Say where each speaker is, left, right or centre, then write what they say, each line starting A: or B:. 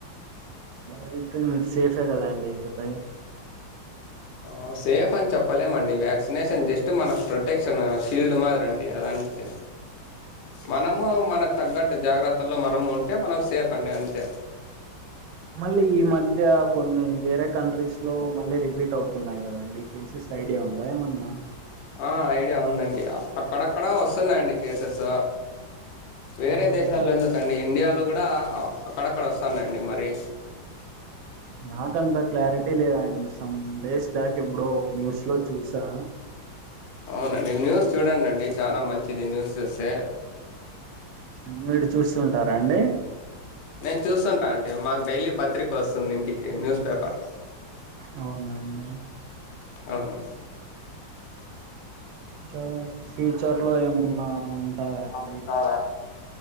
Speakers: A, on the right; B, on the left.
A: వ అయితే మీర్ సేఫే గదా అండి ఇకపై
B: ఆ సేఫ్ అన్ చెప్పలేమండి వ్యాక్సినేషన్ జస్ట్ మన ప్రొటెక్షన్ షీల్డ్ మాదిరంతే అదంతే మనమ్ మనక్ తగ్గట్ జాగ్రత్తల్లో మనము ఉంటే మనం సేఫ్ అండి అంతే
A: మళ్ళీ ఈ మధ్య కొన్ని వేరే కంట్రీస్లో మళ్ళీ రిపీట్ అవుతున్నాయి గదండి కేసెస్ ఐడియా ఉందా ఏమన్నా?
B: ఆ ఐడియా ఉందండి అక్కడక్కడా ఓస్తున్నాయండి కేసెస్ వేరే
A: అవునండి
B: దేశాల్ల ఎందుకండి ఇండియాల గూడా అక్కడక్కడ ఓస్తానయండి మరి
A: నాకంత క్లారిటీ లేదాండి సమ్ డేస్ బ్యాక్ ఎప్పుడో న్యూస్ లో చూసా
B: అవునండి న్యూస్ చూడం అండి చాలా మంచిది న్యూస్ చూస్తే
A: మీరు చూస్తూ ఉంటారా అండి.
B: నేన్ చూస్తుంటా ఆంటీ మాక్ డైలీ పత్రికొస్తుంది ఇంటికి న్యూస్ పేపర్
A: అవునండి.
B: అవున
A: గా ఫ్యూచర్లో ఏమన్నా ఉంటారా అండి
B: ఉంటారా